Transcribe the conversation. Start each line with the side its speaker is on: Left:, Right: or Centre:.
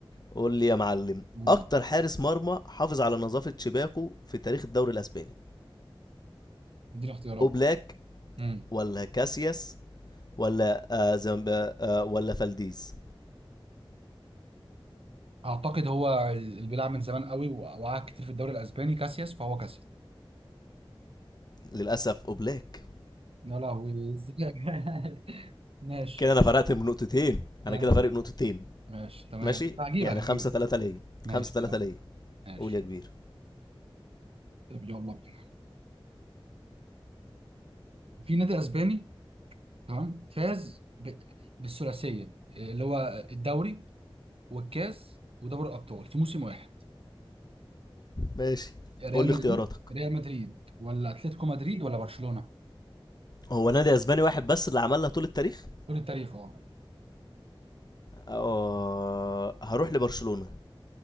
Left: قول لي يا معلم
Right: ماشي
Left: اكتر حارس مرمى حافظ على نظافة شباكه في تاريخ الدوري الاسباني
Right: اديني اختيارات
Left: اوبلاك
Right: امم
Left: ولا كاسياس ولا آه زمب... آه ولا فالديز
Right: اعتقد هو اللي بيلعب من زمان قوي وع- وقعد كتير في الدوري الاسباني كاسياس فهو كاسياس
Left: للاسف اوبلاك
Right: لا لا هو إزاي؟ <laughs> ماشي
Left: كده انا فرقت من نقطتين
Right: كده
Left: انا كده
Right: انت
Left: فارق نقطتين
Right: ماشي تمام
Left: ماشي
Right: هجيبك
Left: يعني
Right: هجيبك
Left: خمسة ثلاثة ليا
Right: ماشي
Left: خمسة ثلاثة
Right: يلا
Left: ليا
Right: ماشي
Left: قول يا كبير
Right: طب يلا بينا في نادي اسباني تمام فاز ب... بالثلاثيه اللي هو الدوري والكاس ودوري الابطال في موسم واحد
Left: ماشي
Right: ريال
Left: قول لي
Right: مدريد
Left: اختياراتك
Right: ريال مدريد ولا اتلتيكو مدريد ولا برشلونه
Left: هو نادي اسباني واحد بس اللي عملها طول التاريخ
Right: قول التاريخ اه
Left: آه، هروح لبرشلونة